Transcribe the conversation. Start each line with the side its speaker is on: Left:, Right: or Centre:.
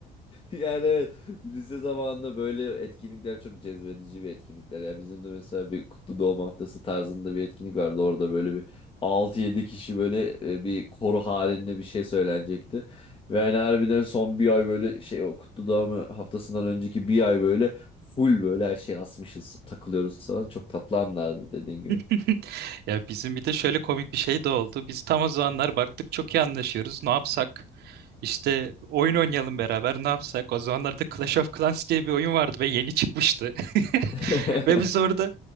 Left: Yani evet, lise zamanında böyle etkinlikler çok cezbedici bir etkinlikler. Ya bizim de mesela bir kutlu doğum haftası tarzında bir etkinlik vardı. Orada böyle bir altı yedi kişi böyle e, bir koro halinde bir şey söylenecekti. Ve yani harbiden son bir ay böyle şey o kutlu doğum haftasından önceki bir ay böyle full böyle her şey asmışız, takılıyoruz falan. Çok tatlı anlardı dediğin gibi.
Right: <laughs> Ya bizim bir de şöyle komik bir şey de oldu. Biz tam o zamanlar baktık çok iyi anlaşıyoruz. Ne yapsak? İşte oyun oynayalım beraber ne yapsak? O zamanlarda Clash of Clans diye bir oyun vardı ve yeni çıkmıştı. <laughs>
Left: <laughs>
Right: Ve biz orada